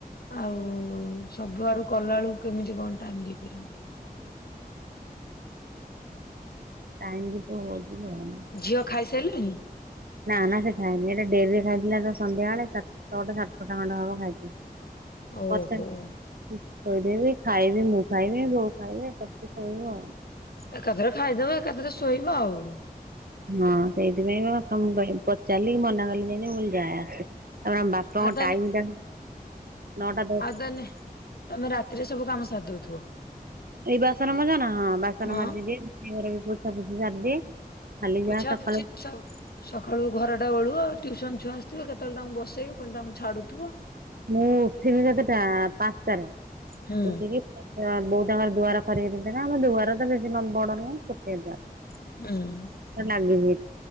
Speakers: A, on the left; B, on the right.
A: ଆଉ ସବୁ ଆଡୁକଲା ବେଳକୁ କେମିତି କଣ ଟାଇମ ଦେଇପାରିବ।
B: ଟାଇମ୍ ବି ତ <unintelligible>
A: ଝିଅ ଖାଇସାରିଲେଣି?
B: ନା ନା ସେ ଖାଇନି ଏଟା ଡେରିରେ ଖାଇଥିଲା ତ ସନ୍ଧ୍ୟାବେଳେ ସ ଛଅଟା ସାଡେ ଛଅଟା ଖଣ୍ଡେ ହବ ଖାଇଥିଲା।
A: ଓହୋ।
B: ପଛରେ ଥୋଇଦେବି ଖାଇବି ମୁଁ ଖାଇବି ବୋଉ ଖାଇବେ <unintelligible> ଶୋଇବୁ ଆଉ।
A: ଏକାଥରେ ଖାଇଦବ ଏକାଥରେ ଶୋଏବ ଆଉ।
B: ହଁ ସେଇଥିପାଇଁ ବାପାଙ୍କୁ ପଚାରିଲି ମନା କଲେ ଯେମିତି ମୁଁ ଯାଏ ଆସେ। ତାପରେ ଆମ ବାପାଙ୍କ
A: ଆଉ ତାନେ
B: ଟାଇମ୍ ଟା ନଅଟା ଦଶ।
A: ଦେନେ ତମେ ରାତିରେ ସବୁ କାମ ସାରିଦଉଥିବ?
B: ଏଇ ବାସନ ମଜା ନା ହଁ ବାସନ
A: ହଁ
B: ମାଜିଦିଏ। ସାଇଘର ପୋଛା ଫୋଛି ବି ସାରିଦିଏ। ଖାଲି
A: ପୋଛା
B: ଯାହା ସକାଳୁ
A: ପୁଛି ସକାଳୁ ଘରଟା ଓଳୁ ଆଉ ଟ୍ୟୁସନ ଛୁଆ ଆସିଥିବ କେତେବେଳେ ତାଙ୍କୁ ବସେଇକି ପୁଣି ତାଙ୍କୁ ଛାଡୁଥିବ?
B: ମୁଁ ଉଠିବି କେତେଟା ପାଞ୍ଚଟାରେ
A: ହୁଁ
B: ଉଠିକି ବହୁଉ ତାଙ୍କର ଦୁଆର ଖରେଇ ଦେଇଥିବେ ନା ଆମ ଦୁଆର ତ ବେଶୀ ବଡ ନୁହଁ ଛୋଟିଆ ଦୁଆର।
A: ହୁଁ।
B: ଲାଗିବି